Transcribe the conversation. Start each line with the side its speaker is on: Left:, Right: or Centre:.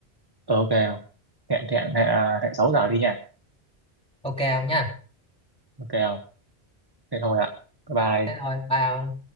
Right: ờ, ok không? hẹn hẹn hẹn à, hẹn 6 giờ đi nha
Centre: ok ông nha
Right: ok không thế thôi ạ bye
Centre: thế
Right: bye
Centre: thôi bye ông